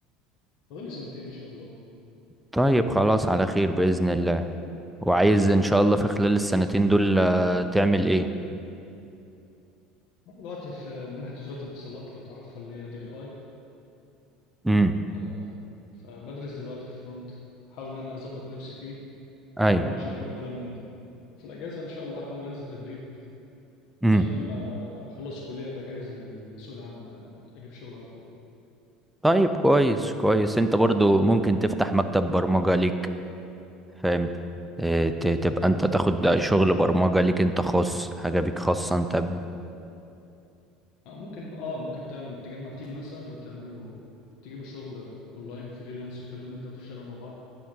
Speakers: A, on the left; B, in the centre.
A: فاضل لي سنتين ان شاء الله
B: طيب خلاص على خير بإذن الله وعايز ان شاء الله في خلال السنتين دول آه، تعمل ايه
A: انا دلوقتي في منحه وزاره الاتصالات لو تعرفها اللي هي دي بي اي
B: امم
A: آه، فبدرس دلوقتي الفرونت احاول ان انا اظبط نفسي فيه
B: ايوه
A: واعمل مشاريع وكلام من ده وفي الأجازة إن شاء الله هحاول أنزل تدريب
B: امم
A: عشان لمّا أخلّص الكلية أبقى جاهز لل لسوق العمل، أجيب شغل على طول.
B: طيب كويس كويس انت برضو ممكن تفتح مكتب برمجة ليك فاهم اه، ت- تبقى انت
A: إمم.
B: تاخد شغل برمجة ليك انت خاص حاجة بيك خاصة انت ب-
A: آه، ممكن آه، ممكن تعمل تجمّع team مثلًا وتعملوا تجيبوا شغل online freelance وكلام من ده وتشتغلوا مع بعض،